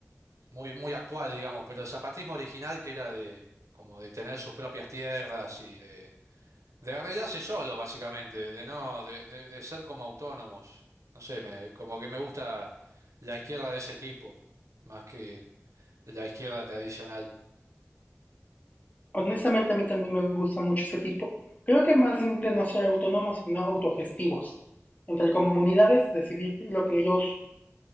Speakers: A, on the right; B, on the left.
A: muy, muy actual, digamos, pero el zapatismo original que era de como de tener sus propias tierras y de De arreglarse solos, básicamente, de no, de, de- de ser como autónomos. No sé, me, como que me gusta la izquierda de ese tipo, más que la izquierda tradicional.
B: Honestamente, a mí también me gusta mucho ese tipo. Creo que más bien de no ser autónomos, sino autogestivos. Entre comunidades, decidir lo que ellos.